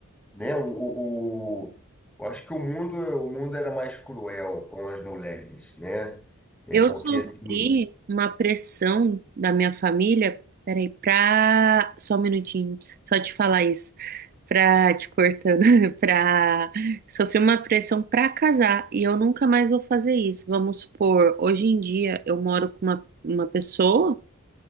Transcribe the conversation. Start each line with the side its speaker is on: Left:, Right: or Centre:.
Centre: né? O, o, o- eu acho que o mundo, o mundo era mais cruel com as mulheres, né? É
Right: eu
Centre: porque
Right: sofri
Centre: assim,
Right: uma pressão da minha família. Peraí, pra. Só um minutinho, só te falar isso. pra te cortando, <laughs> pra sofrer uma pressão pra casar e eu nunca mais vou fazer isso. Vamos supor, hoje em dia eu moro com uma, uma pessoa